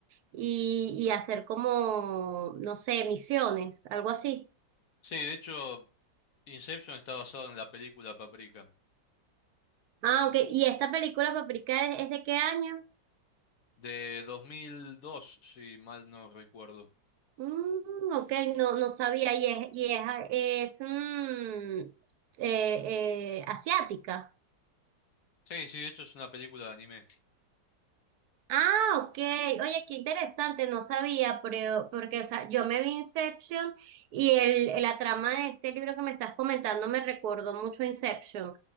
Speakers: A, on the right; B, on the left.
A: y, y hacer como, no sé, misiones, algo así.
B: Sí, de hecho, Inception está basado en la película Paprika,
A: Ah, ok, ¿y esta película, Paprika, es, es de qué año?
B: de 2002, si mal no recuerdo.
A: Mm, ok, no, no sabía, y es, y es, es mm, eh, eh, asiática.
B: Sí, sí, de hecho es una película de anime.
A: Ah, ok. Oye, qué interesante, no sabía, pero porque, o sea, yo me vi Inception y el, la trama de este libro que me estás comentando me recordó mucho a Inception.